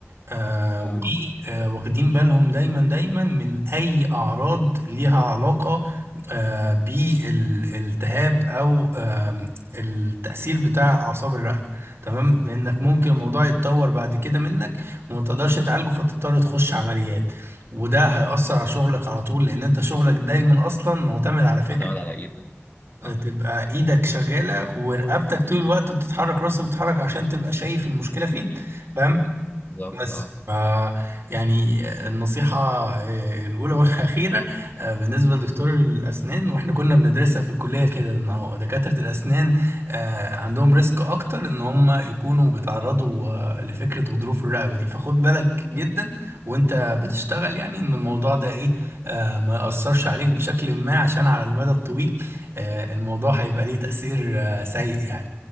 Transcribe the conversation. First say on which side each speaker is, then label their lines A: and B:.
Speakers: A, on the right; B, on the left.
A: آه،
B: فاهم
A: ودي آه، واخدين بالهم دايما دايما من اي اعراض ليها علاقه آه، بالالتهاب او آم، التاثير بتاع اعصاب الرقبه تمام لانك ممكن الموضوع يتطور بعد كده منك وما تقدرش تعالجه فتضطر تخش عمليات وده هيأثر على شغلك على طول لأن أنت شغلك دايما أصلا معتمد على فكرة
B: اعتمد على ايد اه
A: تبقى ايدك شغالة ورقبتك طول الوقت بتتحرك راسك بتتحرك عشان تبقى شايف المشكلة فين فاهم
B: بالظبط
A: بس
B: اه
A: ف يعني النصيحة آه، الأولى والأخيرة آه، بالنسبة لدكتور الأسنان وإحنا كنا بندرسها في الكلية كده إن هو دكاترة الأسنان آه، عندهم ريسك أكتر إن هم يكونوا بيتعرضوا آه، لفكرة غضروف الرقبة دي فخد بالك جدا وإنت بتشتغل يعني إن الموضوع ده إيه آه، ما يأثرش عليك بشكل ما عشان على المدى الطويل آه، الموضوع هيبقى ليه تأثير آه، سيء يعني